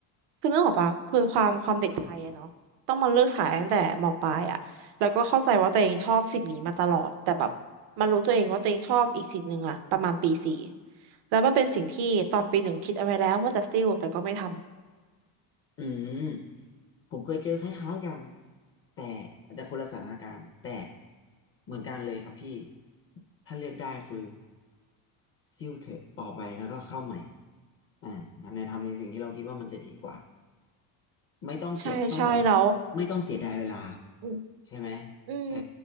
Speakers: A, on the right; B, on the left.
A: คือนึกออกปะคือความความเด็กไทยอะเนาะต้องมาเลือกสายตั้งแต่มปลายอะแล้วก็เข้าใจว่าตัวเองชอบสิ่งนี้มาตลอดแต่แบบมารู้ตัวเองว่าตัวเองชอบอีกสิ่งหนึ่งอะประมาณปีสี่แล้วมันเป็นสิ่งที่ตอนปีหนึ่งคิดเอาไว้แล้วว่าจะซิ่วแต่ก็ไม่ทำ
B: อืมผมเคยเจอคล้ายๆกันแต่อาจจะคนละสถานการณ์แต่เหมือนกันเลยครับพี่ถ้าเลือกได้คือซิ่วเถอะออกไปแล้วก็เข้าใหม่อ่าในทำในสิ่งที่เราคิดว่ามันจะดีกว่าไม่ต้องเสียต้องบอกว่า
A: ใช่ใช่แล้ว
B: ไม่ต้องเสียดายเวลา
A: อืม
B: ใช่ไหม
A: อืม
B: เออ